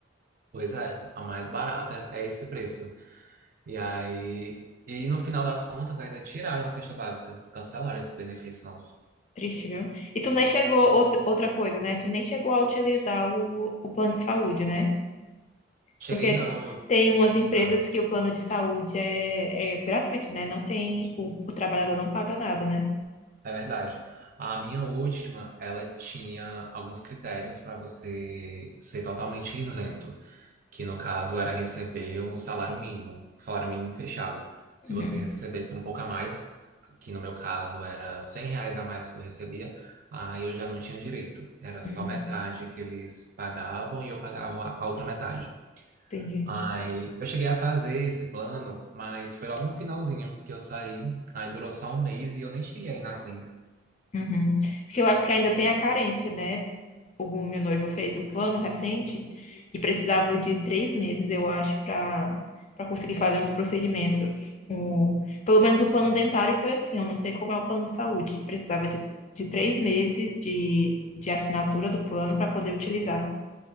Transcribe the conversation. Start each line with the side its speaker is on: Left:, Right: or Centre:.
Right: pois é, a mais barata é é esse preço. E aí. E no final das contas, ainda tiraram a cesta básica, cancelaram esse benefício nosso.
Left: Triste, viu? E tu nem chegou, outra outra coisa, né? Tu nem chegou a utilizar o, o plano de saúde, né?
Right: Cheguei
Left: Porque
Right: não, eu...
Left: tem umas empresas
Right: ah,
Left: que o plano de saúde é, é gratuito, né? Não tem, o, o trabalhador não paga nada, né?
Right: é verdade. A minha última, ela tinha alguns critérios para você ser totalmente isento, que no caso era receber um salário mínimo, salário mínimo fechado. Se
Left: Uhum,
Right: você recebesse um pouco a mais, que no meu caso era 100 reais a mais que eu recebia, aí eu já não tinha direito. Era só
Left: uhum,
Right: metade que eles pagavam e eu pagava a outra metade.
Left: entendi.
Right: Aí eu cheguei a fazer esse plano, mas foi logo no finalzinho que eu saí. Aí durou só um mês e eu nem cheguei aí na clínica.
Left: Uhum. Porque eu acho que ainda tem a carência, né? o meu noivo fez o plano recente e precisava de três meses, eu acho, para para conseguir fazer uns procedimentos. O, pelo menos o plano dentário foi assim, eu não sei como é o plano de saúde. Precisava de, de três meses de, de assinatura do plano para poder utilizar.